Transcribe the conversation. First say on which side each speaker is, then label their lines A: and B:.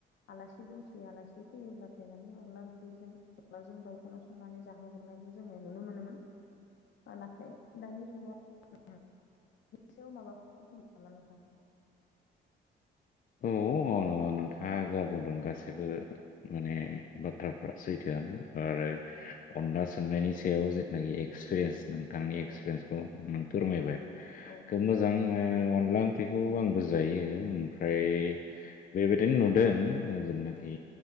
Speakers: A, on the left; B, on the left.
A: आलासि दुमसि आलासि फैयोब्लाथाय माने अनला ओंख्रिजों अनलाजों दाउखौनो संनानै जाहो हरनाय। जोङो नुनो मोनोमोन।
B: <inaudible>
A: नाथाय दानि जुगाव से माबाफोर बुङो नामा नोंथाङा?
B: औ दङ नोंथाङा जा बुंदों गाससिबो माने बाथ्राफ्रा सैथोआनो आरो
A: औ
B: अनला सोंनायनि सायाव जिथुनाखि एक्सपिरियेन्स नोंथांनि एक्सपिरियेन्सखौ
A: औ
B: नों फोरमायबाय
A: औ औ
B: खोब मोजां अनला ओंख्रिखौ आंबो जायो ओमफ्राय
A: औ
B: बेबायदिनो नुदों। जेनाखि
A: औ